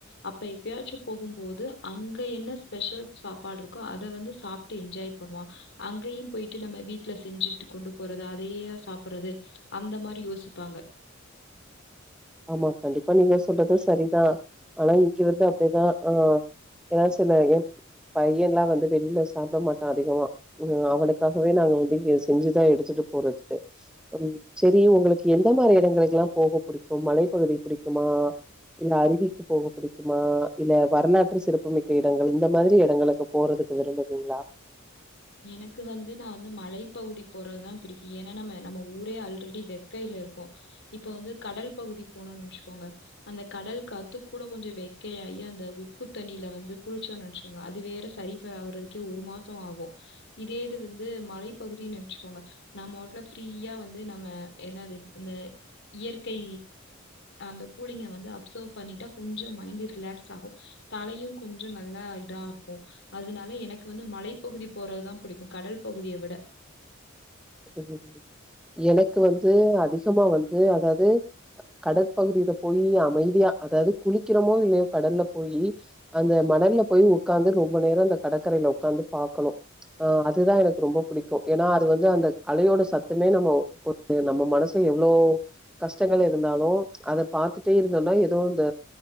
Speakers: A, on the left; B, in the centre.
A: அப்ப எப்பயாச்சு போகும்போது அங்க என்ன ஸ்பெஷல் சாப்பாடு இருக்கோ அத வந்து சாப்ட்டு என்ஜாய் பண்ணுவோ அங்கயு போய்ட்டு நம்ம வீட்ல செஞ்சுட்டு கொண்டு போறது அதையே சாப்புடுறது அந் இந்த மாரி யோசிப்பாங்க
B: ஆமா கண்டிப்பா நீங்க சொல்றதோ சரிதா ஆனா இங்க வந்து அப்டிதா ஆ ஏ சொன்னா ஏன் பையன்லா வந்து வெளில சாப்ட மாட்டா இங்க அவனுக்காகவே நாங்க வந்து இங்க செஞ்சுதா எடுத்துட்டு போறதுக்கு செரி உங்குளுக்கு எந்த மாரி எடங்களுக்குல்லா போக புடிக் இப்போ மலைப்பகுதி புடிக்குமா இல்ல அருவிக்கு போக பிடிக்குமா இல்ல வரலாற்று சிறப்புமிக்க இடங்கள் இந்த மாதிரி எடங்குளுக்கு போறது விரும்புவீங்களா
A: எனக்கு வந்து நா வந்து மலைப்பகுதி போறதுதா பிடிக்கு ஏன்னா நம்ம நம்ம ஊரே ஆல்ரெடி வெக்கயில இருக்கோ இப்ப வந்து கடல் பகுதி போனோனு நெனச்சுக்கோங்க அந்த கடல் காத்து கூட கொஞ்சோ வெக்கே எ அய்யே அந்த உப்பு தண்ணீல வந்து குளிச்சோனு நெனைச்சோங்க அது வேற சரிபே ஆறதுக்கே ஒரு மாசோ ஆகோ இதே இது வந்து மலைப்பகுதினு நென்ச்சுக்கோங்க நாமாட்ல ஃப்ரீயா வந்து நம்ம என்னாது அந்த இயற்கை அந்த கூலிங்க வந்து அப்சர்வ் பண்ணிட்டா குஞ்சோ மைண்டு ரிலாக்ஸ் ஆகோ தலையு கொஞ்சோ நல்லா இதா இருக்கோ அதனால எனக்கு வந்து மலைப்பகுதி போறதுதா புடிக்கு கடல் பகுதிய விட
B: ம் ம் எனக்கு வந்து அதிகமா வந்து அதாவது கடற்பகுதியில போய் அமைதியா அதாவது குளிக்கிறோமோ இல்லையோ கடல்ல போய் அந்த மணல்ல போய் உக்காந்து ரொம்ப நேர அந்த கடற்கரை ல உக்காந்து பாக்கணு அ அது தா எனக்கு ரொம்ப புடிக்கு ஏன்னா அது வந்து அந்த அலையோட சத்தமே நம்ம ஒரு நம்ம மனசு எவ்ளோ கஷ்டங்கள் இருந்தாலு அத பாத்துட்டே இருந்தோன்னா எதோ அந்த